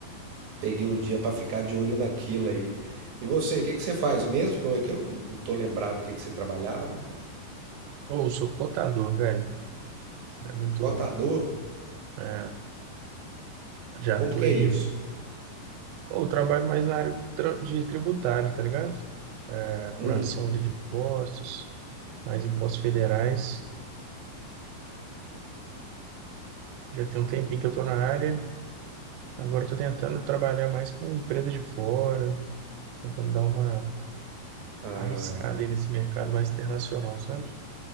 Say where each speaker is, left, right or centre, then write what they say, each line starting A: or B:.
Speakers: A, on the right; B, on the right.
A: Peguei o dia para ficar de olho naquilo aí. E você, o que que você faz mesmo? Que eu, que eu não tô lembrado o que que você trabalhava.
B: Ou sou cotador, velho. É muito.
A: Cotador?
B: É, já
A: E como
B: tô
A: que
B: aí.
A: é isso?
B: Ou trabalho mais na área tra- de tributário, tá ligado? É, apuração
A: Hum,
B: ali de impostos, mais impostos federais. Já tem um tempinho que eu tô na área. Agora eu tô tentando trabalhar mais com empresa de fora. tentando dar uma
A: ah,
B: arriscada aí nesse mercado mais internacional, sabe?